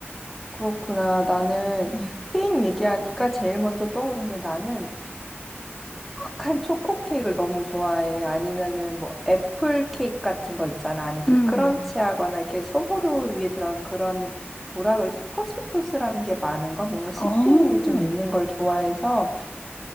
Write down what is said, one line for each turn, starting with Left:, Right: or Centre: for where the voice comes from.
Centre: 그렇구나. 나는
Left: 음.
Centre: 케이크 얘기하니까 제일 먼저 떠오른 게 나는 촉촉한 초코 케이크를 너무 좋아해. 아니면은 뭐 애플 케이크 같은 거 있잖아. 안에 이렇게
Left: 음.
Centre: 크런치하거나 이렇게 소보루 위에 들어간 그런 뭐라 그러지? 포슬포슬한 게 많은 거? 뭔가 씹히는
Left: 어, <laughs>
Centre: 게 좀 있는 걸 좋아해서